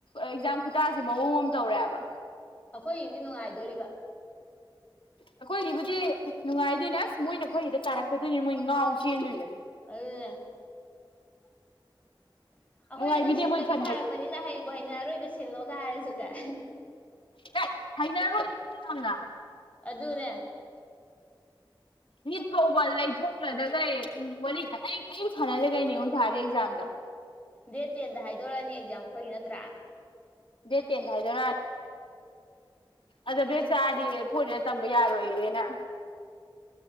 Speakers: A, on the left; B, on the left.
A: ꯑꯦꯛꯖꯥꯝ ꯈꯨꯇꯥꯥꯁꯦ ꯃꯑꯣꯡ ꯑꯃ ꯇꯧꯔꯛꯑꯦꯕ
B: ꯑꯩꯈꯣꯏꯒꯤꯗꯤ ꯅꯨꯡꯉꯥꯏꯗꯣꯔꯤꯕ
A: ꯑꯩꯈꯣꯏꯒꯤꯕꯨꯗꯤ ꯅꯨꯡꯉꯥꯏꯗꯣꯏꯅꯦ ꯑꯁ ꯃꯣꯏꯅꯈꯣꯏꯒꯤꯗ ꯇꯥꯔꯛꯄꯗꯣꯏꯅꯦ ꯃꯣꯏ ꯉꯥꯎ ꯆꯦꯟꯗꯣꯏꯁꯦ
B: ꯑꯗꯨ ꯑꯩꯈꯣꯏ
A: ꯅꯨꯡꯉꯥꯏꯕꯤꯗꯦ
B: ꯑꯗꯨꯝ ꯁꯤꯟꯗꯕꯤ
A: ꯃꯣꯏ ꯈꯟꯕꯗ
B: ꯊꯥꯔꯛꯄꯅꯤꯅ ꯍꯩꯕꯨ ꯍꯩꯅꯔꯣꯏ ꯁꯤꯜꯂꯒ ꯍꯥꯏꯁꯨ ꯀꯥꯏ
A: ꯅ ꯍꯥꯏꯅꯔꯣꯏ ꯍꯗ
B: ꯑꯗꯨ ꯑꯗꯨꯅꯦ
A: ꯅꯤꯠ ꯐꯥꯎꯕ ꯂꯩꯊꯣꯛꯈ꯭ꯔꯗꯒꯩ ꯋꯥꯔꯤ ꯑꯩꯝ ꯐꯅꯗꯒꯩꯅꯤꯉꯣꯟ ꯊꯥꯔꯗꯦ ꯑꯦꯛꯖꯥꯝ
B: ꯗꯦꯠ ꯇꯦꯟꯗ ꯍꯥꯏꯗꯣꯔꯛꯑꯅꯤ ꯑꯦꯛꯖꯥꯝ ꯑꯩꯈꯣꯏꯒꯤꯅ ꯇ꯭ꯔꯥ
A: ꯗꯦꯇꯦꯅ ꯍꯥꯏꯗ ꯑꯗ ꯕꯦꯛ ꯆꯥꯔꯗꯤ ꯐꯣꯔꯁꯤꯗ ꯇꯝꯕ ꯌꯥꯔꯣꯏꯅꯦꯅ